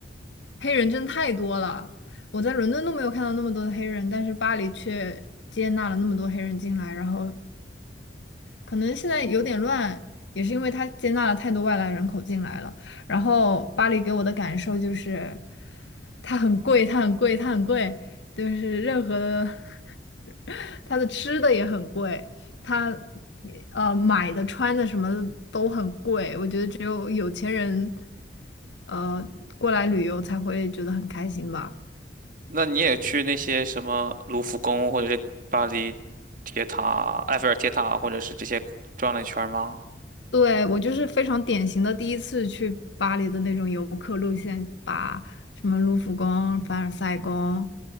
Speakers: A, on the left; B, on the right.
A: 黑人真的太多了，我在伦敦都没有看到那么多的黑人，但是巴黎却接纳了那么多黑人进来，然后可能现在有点乱，也是因为它接纳了太多外来人口进来了。然后巴黎给我的感受就是，它很贵，它很贵，它很贵，就是任何的，<laughs> 它的吃的也很贵，它也呃买的、穿的什么的都很贵。我觉得只有有钱人，呃，过来旅游才会觉得很开心吧。
B: 那你也去那些什么卢浮宫，或者是巴黎铁塔、埃菲尔铁塔，或者是这些转了一圈吗？
A: 对，我就是非常典型的第一次去巴黎的那种游客路线，把什么卢浮宫、凡尔赛宫、